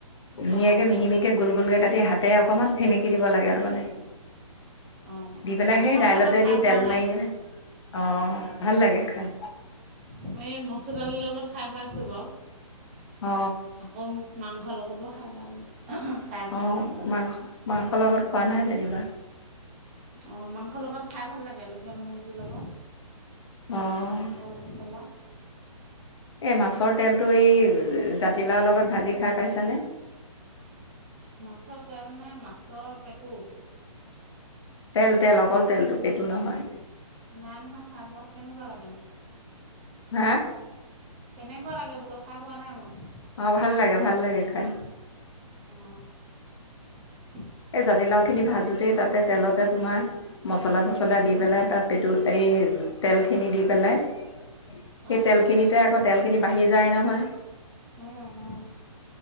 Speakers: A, on the left (about 50°); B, on the right (about 20°).
A: ধুনীয়াকে
B: অঁ
A: মিহি- মিহিকি, গোল-গোলকে কাটি হাতে অকমান ফেনেকি দিব লাগে তাৰ মানে।
B: অঁ
A: দি পেলাই
B: মাটিমাহৰ
A: সেই, দাইলতে
B: লগত খাই
A: দি
B: পোৱা
A: তেল
B: নাই
A: মাৰি দিলে অ, ভাল লাগে খাই।
B: অ, এই মচুৰ দালিৰ লগত, খাই পাইছোঁ বাৰু।
A: অ,
B: আকৌ মাংসৰ লগতো, খাই পাল।
A: অ, মাংস, মাংসৰ লগত খোৱা নাই যেনিবা।
B: অ, মাংসৰ লগত খাই ভাল লাগে। লোকেল মুৰ্গীৰ লগত।
A: অ, এই,
B: কল পচলা
A: মাছৰ তেলটো এই জাতিলাওৰ লগত ভাজি খাই পাইছানে?
B: মাছৰ তেল নে, মাছৰ পেটু?
A: তেল, তেল অকল তেলটো, পেটু নহয়।
B: নাই, নহয় খাই পোৱা, কেনেকুৱা লাগেনো?
A: হা,
B: কেনেকুৱা লাগে বোলো, খাই পোৱা নাই মই।
A: অ, ভাল লাগে, ভাল লাগে, খাই।
B: অ, <inaudible>
A: এই জাতিলাও খিনি
B: মাছত
A: ভাজোতেই তাতে তেলতে তোমাৰ, মচলা-চচলা দি পেলাই তাত পিটু এই তেল খিনি দি পেলাই, সেই
B: অঁ
A: তেলখিনিতে আকৌ, তেল খিনি বাঢ়ি যায় নহয়।
B: উম, উম।